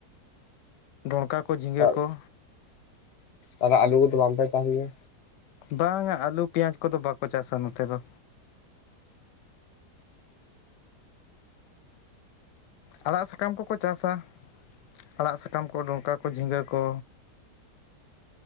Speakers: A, on the left; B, on the left.
A: ᱰᱚᱸᱲᱠᱟ ᱠᱚ ᱡᱷᱤᱸᱜᱟᱹ
B: ᱛᱟᱦᱞᱮ
A: ᱠᱚ
B: ᱟᱨ, ᱟᱨ ᱟᱹᱞᱩ ᱠᱚᱫᱚ ᱵᱟᱝᱯᱮ ᱪᱟᱥ ᱜᱮᱭᱟ?
A: ᱵᱟᱝᱼᱟ ᱟᱹᱞᱩ ᱯᱮᱸᱭᱟᱡᱽ ᱠᱚᱫᱚ ᱵᱟᱠᱚ ᱪᱟᱥᱟ ᱱᱚᱛᱮ ᱫᱚ᱾ ᱟᱲᱟᱜ ᱥᱟᱠᱟᱢ ᱠᱚᱠᱚ ᱪᱟᱥᱟ, ᱟᱲᱟᱜ ᱥᱟᱠᱟᱢ ᱠᱚ ᱰᱚᱢᱠᱟ ᱠᱚ ᱡᱷᱤᱸᱜᱟᱹ ᱠᱚ᱾